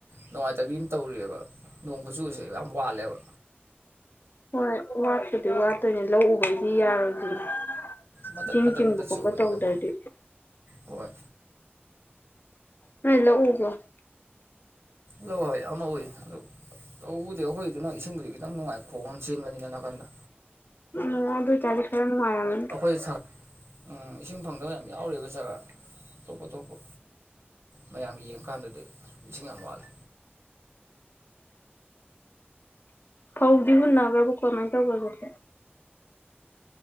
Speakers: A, on the right; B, on the left.
A: ꯅꯨꯡꯉꯥꯏꯇꯕꯤ ꯑꯃ ꯇꯧꯔꯤꯑꯕ ꯅꯣꯡ ꯈꯨꯆꯨꯁꯦ ꯌꯥꯝ ꯋꯥꯠꯂꯦꯕ
B: ꯍꯣꯏ ꯋꯥꯠꯄꯨꯗꯤ ꯋꯥꯠꯇꯣꯏꯅꯦ ꯂꯧꯎꯕꯗꯤ ꯌꯥꯔꯣꯏꯗꯣꯏꯅꯤ꯫
A: ꯃꯇꯠ
B: ꯆꯦꯡ
A: ꯃꯇꯠ
B: ꯆꯤꯡꯕ
A: ꯃꯇꯠ
B: ꯈꯣꯠꯄ
A: ꯆꯨꯕꯅꯤꯅꯀꯣ
B: ꯇꯧꯗ꯭ꯔꯗꯤ
A: ꯍꯣꯏ꯫
B: ꯅꯣꯏ ꯂꯧ ꯎꯕ꯭ꯔꯣ
A: ꯂ ꯍꯣꯏ ꯑꯃ ꯎꯏ ꯑꯗꯨ ꯇꯧꯕꯗꯤ ꯑꯩꯈꯣꯏꯗꯨ ꯅꯪ ꯏꯁꯤꯡꯗꯨꯗꯤ ꯈꯤꯇꯪ ꯅꯨꯡꯉꯥꯏ ꯈꯣꯡ ꯑꯃ ꯆꯦꯟꯕꯅꯤꯅ ꯅꯥꯀꯟꯗ
B: ꯎꯝ ꯑꯗꯨꯏ ꯇꯥꯔꯗꯤ ꯈ ꯅꯨꯡꯉꯥꯏꯔꯝꯅꯤ
A: ꯑꯩꯈꯣꯏꯗ ꯁꯡ ꯑꯨꯝ ꯏꯁꯤꯡ ꯐꯪꯗꯕ ꯌꯥꯝ ꯌꯥꯎꯔꯤꯕ ꯖꯒꯥ ꯑꯇꯣꯞꯄ ꯑꯇꯣꯞꯄ꯫ ꯃꯌꯥꯝꯒꯤ ꯌꯦꯡꯉꯀꯥꯟꯗꯗꯤ ꯏꯁꯤꯡ ꯌꯥꯝ ꯋꯥꯠꯂꯦ
B: ꯐꯧꯗꯤ ꯍꯨꯟꯅꯒ꯭ꯔꯕꯣ ꯀꯃꯥꯏ ꯇꯧꯒꯔꯒꯦ꯫